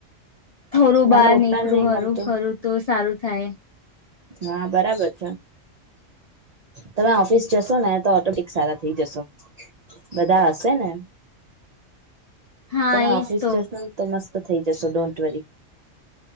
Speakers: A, on the left; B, on the right.
A: થોડું
B: મને
A: બહાર
B: પોતાને
A: નીકળું
B: નહી
A: હરું
B: ગમતું
A: ફરું તો સારું થાય.
B: હા બરાબર છે. તમે ઓફિસ જશો ને તો ઓટોપિક સારા થઇ જશો, બધા હશે ને.
A: હા
B: તમે
A: એજ
B: ઓફિસ
A: તો
B: જશોને તો મસ્ત થઈ જશો ડોન્ટવરી.